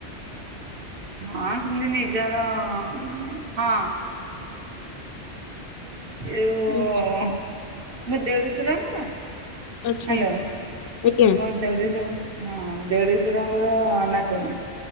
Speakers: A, on the right; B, on the left.
A: ହଁ ସେମିତି ନିଜର ମାନେ ହଁ। ଏଅ
B: ଆଚ୍ଛା
A: ମୋ ଦେଢଶୁର ଙ୍କର।
B: ଆଚ୍ଛା,
A: ହାଲୋ
B: ଆଜ୍ଞା
A: ମୁଁ। ଦେଢଶୁର ହଁ ଦେଢଶୁରଙ୍କର ନାାତୁଣୀ।